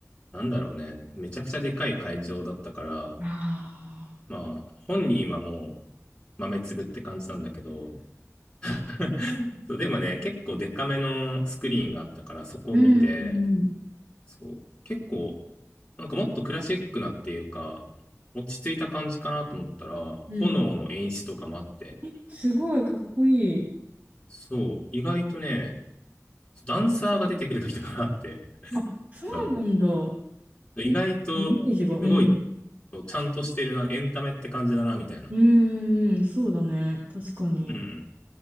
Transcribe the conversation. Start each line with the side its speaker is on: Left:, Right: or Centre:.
Left: なんだろうね、めちゃくちゃでかい会場だったから、
Right: あ
Left: まあ、本人はもう豆粒って感じなんだけど、<laughs> そう、でもね、結構でかめのスクリーンがあったから、そこを見て、
Right: ー、うんうん
Left: そう、結構なんかもっとクラシックなっていうか、落ち着いた感じかなと思ったら、
Right: うん。うん。
Left: 炎の演出とかもあって、
Right: え、すごいかっこいい。
Left: そう、意外とね、ダンサーが出てくる時とかもあって、<laughs>
Right: あ、そうなんだ。
Left: そう意外と、
Right: え、イメージが、うん。
Left: すごい、ちゃんとしてるな、エンタメって感じだな、みたいな。
Right: うん、うんうん、そうだね。確かに。
Left: うん。